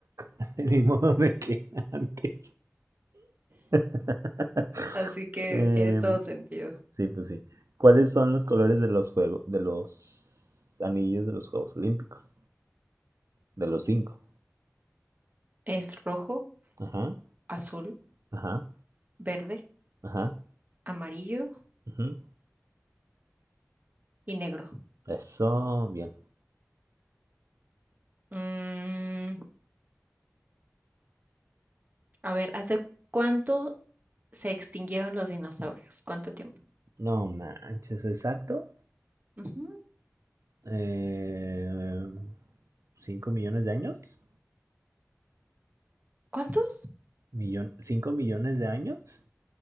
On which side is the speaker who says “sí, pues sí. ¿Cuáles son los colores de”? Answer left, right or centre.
Right